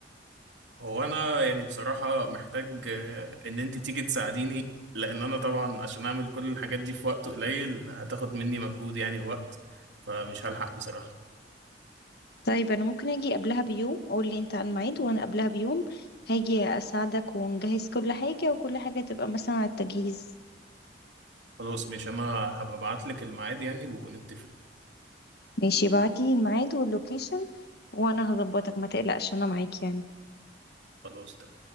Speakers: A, on the right; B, on the left.
A: هو أنا يعني بصراحة محتاج آه، إن أنت تيجي تساعديني لأن أنا طبعا عشان أعمل كل الحاجات دي في وقت قليل هتاخد مني مجهود يعني ووقت فمش هلحق بصراحة
B: طيب انا ممكن اجي قبلها بيوم قول لي انت على الميعاد وانا قبلها بيوم هاجي اساعدك ونجهز كل حاجة وكل حاجة تبقى مثلا على التجهيز
A: خلاص ماشي أنا هبقى أبعتلك الميعاد يعني ونتفق
B: ماشي بعتي الميعاد واللوكيشن وانا هظبطك ما تقلقش انا معاك يعني
A: خلاص تمام